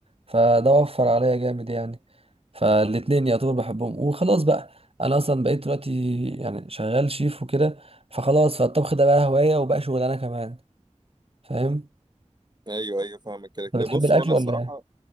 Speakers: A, on the right (about 50°); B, on the right (about 35°).
A: فده وفر عليا جامد يعني فالاتنين يعتبر بحبهم وخلاص بقى أنا أصلا بقيت دلوقتي يعني شغال شيف وكده فخلاص فالطبخ ده بقى هواية وبقى شغلانة كمان فاهم
B: أيوه أيوه فاهمك كده كده
A: أنت بتحب
B: بص
A: الأكل
B: هو أنا الصراحة
A: ولا إيه؟